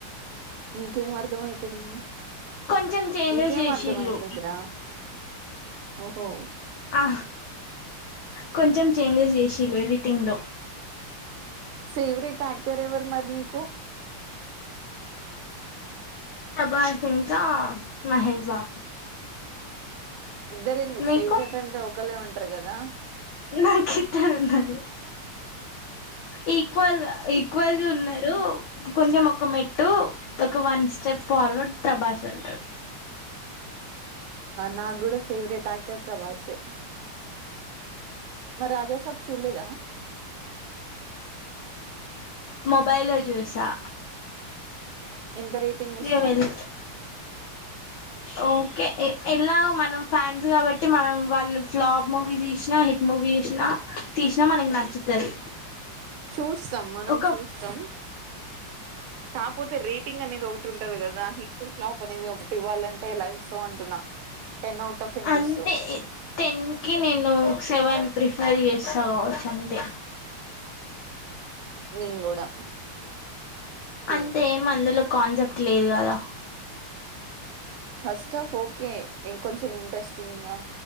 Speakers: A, on the right; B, on the left.
A: ఇంకేం అర్ధం అయితది ఇంగా
B: కొంచెం చేంజెస్
A: ఇంకేం
B: చేసిళ్ళు
A: అర్ధం అయితద్ ద్ర ఓహో
B: ఆ కొంచెం చేంజెస్ చేసిల్లు ఎడిటింగ్ లో
A: ఫేవరెట్ ఎక్టర్ ఎవరున్నారు నీకు
B: ప్రభాస్ ఇంకా మహేష్ బాబు
A: ఇద్దరు ఎందుకు
B: మీకు
A: ఫేవరెట్ అంటే ఒకళ్ళే ఉంటరు కదా
B: నాకిద్దరున్నారు ఈక్వల్ గా ఈక్వల్ ది ఉన్నారు కొంచెంమొక మెట్టు ఒక వన్ స్టెప్ ఫార్వర్డ్ ప్రభాస్ ఉంటడు
A: నాకు కూడా ఫేవరెట్ యాక్టర్ ప్రభాసే మర్ రాజా సాబ్ చూడ్లేద
B: మొబైల్ లో చూసా
A: ఎంత రేటింగ్ ఇస్త
B: ఇగ వెళ్ ఓకే ఎ ఎలాగ మనం ఫ్యాన్స్ కాబట్టి మనం వాళ్ళు ఫ్లాప్ మూవీ తీసినా హిట్ మూవీ తీసినా తీసినా మనకి నచ్చుతది
A: చూస్తాం మనం
B: ఒక
A: చూస్తాం కాపోతే రేట్ హిట్టింగ్ అనేది ఒకటి ఉంటది కదా హిట్ ఫ్లాప్ అనేది ఒకటి ఇవ్వాలంటే ఎలా ఇస్తావ్ అంటున్నా టెన్ అవుట్ ఆఫ్ ఎంత
B: అంటే
A: ఇస్తావు
B: టెన్ కి నేను సెవెన్ ప్రిఫర్ చేస్త స సంతే
A: నేన్ కూడా సేమ్
B: అంతేం అందులో కాన్సెప్ట్ లేదు కదా
A: ఫస్ట్ ఆఫ్ ఓకే కొంచం ఇంట్రెస్టింగా